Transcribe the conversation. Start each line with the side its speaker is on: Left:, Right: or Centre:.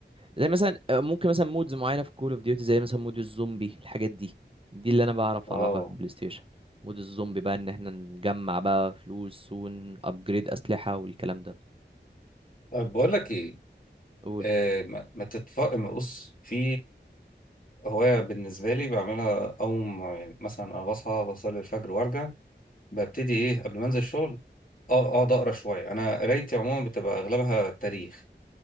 Right: زي مثلا آه، ممكن مثلا مودز معينه في كول اوف ديوتي زي مثلا مود الزومبي الحاجات دي دي اللي انا بعرف
Left: اه
Right: العبها في البلاي ستيشن مود الزومبي بقى ان احنا نجمع بقى فلوس ونابجريد اسلحه والكلام ده
Left: طب بقول لك ايه
Right: قول
Left: آه ما, ما تتف ما بص في هوايه بالنسبه لي بعملها اقوم يعني مثلا انا بصحى بصلي الفجر وارجع ببتدي ايه قبل ما انزل الشغل اه اقعد اقرا شويه انا قرايتي عموما بتبقى اغلبها تاريخ